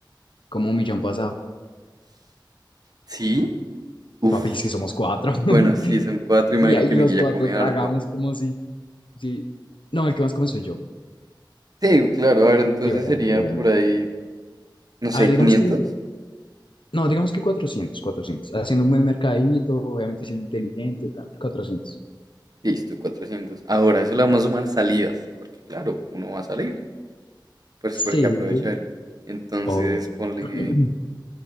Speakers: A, on the left; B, on the right.
A: Como un millón pasado.
B: ¿Sí? Uf.
A: Papi, es que somos cuatro. <laughs>
B: Bueno, sí, son cuatro. Imagino
A: Y ahí
B: que
A: los
B: Miguel
A: cuatro
B: ya come
A: tragamos
B: harto.
A: como si, sí. No, el que más come soy yo.
B: Sí, claro. A ver, entonces
A: Sí, obviamente,
B: sería
A: obviamente.
B: por ahí, no sé,
A: A ver,
B: quinientos
A: digamos que No, digamos que 400, 400. Haciendo un buen mercadito, obviamente siendo inteligente, tal, 400.
B: Listo, cuatrocientos Ahora, eso le vamos a sumar salidas, porque claro, uno va a salir. Pues
A: Sí,
B: porque aprovechar. Entonces,
A: obvio.
B: ponle...
A: <clears throat>